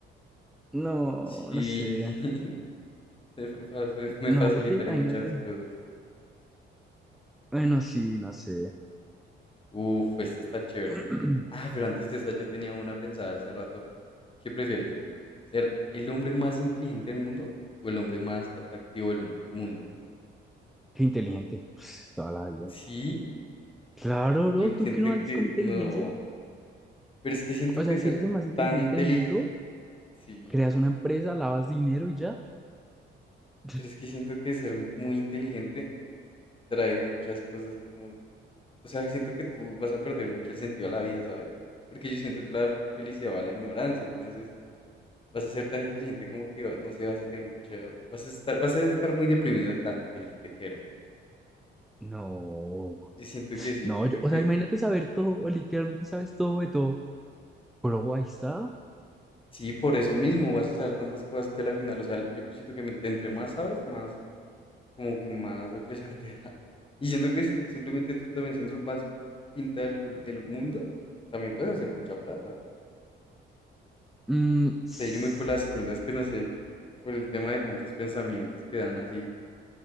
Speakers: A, in the centre; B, on the left (about 25°).
A: No,
B: Sí.
A: no sé.
B: <laughs> Me, fa- fa- me
A: No,
B: facilitaría
A: porque imagínate.
B: muchas cosas.
A: Bueno, sí, no sé.
B: Uf, esta está chévere.
A: <clears throat>
B: Ah, pero antes de esta yo tenía una pensada hace rato. ¿Qué prefieres? ¿Ser el hombre más inteligente del mundo o el hombre más atractivo del hum- mundo?
A: Qué inteligente. Pues, toda la vida.
B: Sí,
A: Claro,
B: yo
A: bro. ¿Tú
B: siento
A: qué no haces
B: que
A: con inteligencia?
B: no. Pero es que siento
A: O
B: que
A: sea, si
B: ser
A: eres el más inteligente
B: tan inteligente.
A: del mundo,
B: Sí,
A: creas una empresa, lavas dinero y ya. <laughs>
B: pero es que siento que ser muy inteligente trae muchas cosas como, o sea, siento que tú vas a perder mucho el sentido a la vida, ¿sabes? Porque yo siento que la felicidad va a la ignorancia, entonces vas a ser tan inteligente como que, va- no sé, vas a tener mucho, vas a estar, vas a estar muy deprimido de tan inteligente que eres.
A: No.
B: Yo siento que sí,
A: No,
B: siento
A: yo- o
B: que
A: sea,
B: es-
A: imagínate saber todo. Literalmente sabes todo de todo. Pero ahí está.
B: sí, por eso mismo vas a saber tantas cosas que a la final, o sea, yo creo- siento que me- entre más sabes, más, como que más depresión <laughs> te da. Y siento que si simplemente tú también siendo el más pinta del del mundo, también puedes hacer mucha plata.
A: Mm, s-
B: sé, yo me voy por la segunda, es que no sé, por el tema de tantos pensamientos que dan así.